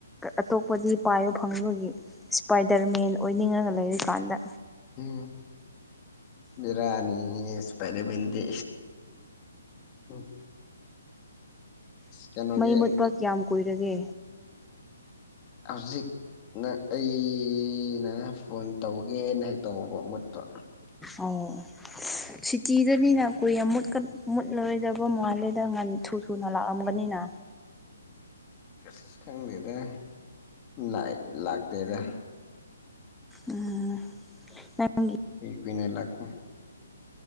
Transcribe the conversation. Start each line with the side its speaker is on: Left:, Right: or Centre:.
Centre: ꯑꯇꯣꯞꯄꯗꯤ ꯄꯥꯏꯌꯣ ꯐꯪꯕꯒꯤ ꯁ꯭ꯄꯥꯏꯗꯔ ꯃꯦꯟ ꯑꯣꯏꯅꯤꯡꯉꯒ ꯂꯩꯔꯤꯀꯥꯟꯗ
Left: ꯎ ꯕꯤꯔꯥꯅꯤꯍꯦ ꯁꯄꯥꯢꯗꯔꯃꯦꯟꯗꯤ ꯎꯝ ꯀꯩꯅꯣꯒꯤ
Centre: ꯃꯩ ꯃꯨꯠꯄ ꯀꯌꯥꯝ ꯀꯨꯏꯔꯒꯦ
Left: ꯍꯧꯖꯤꯛ ꯅꯪ ꯑꯩꯩꯅ ꯐꯣꯟ ꯇꯧꯒꯦꯅ ꯍꯦꯛ ꯇꯧꯕ ꯃꯨꯠꯄ
Centre: ꯑꯣ ꯁꯤꯇꯤꯗꯅꯤꯅ ꯀꯨꯏꯅ ꯃꯨꯠꯀꯟ ꯃꯨꯠꯂꯣꯏꯗꯕ ꯃꯥꯜꯂꯦꯗ ꯉꯥꯟ ꯊꯨ ꯊꯨꯅ ꯂꯥꯛꯑꯝꯒꯅꯤꯅ
Left: ꯑꯁ ꯈꯪꯗꯦꯗ ꯂꯥꯠ ꯂꯥꯛꯇꯦꯗ
Centre: ꯎꯝ <unintelligible>
Left: ꯀꯨꯏ ꯀꯨꯏꯅ ꯂꯥꯛꯇꯦ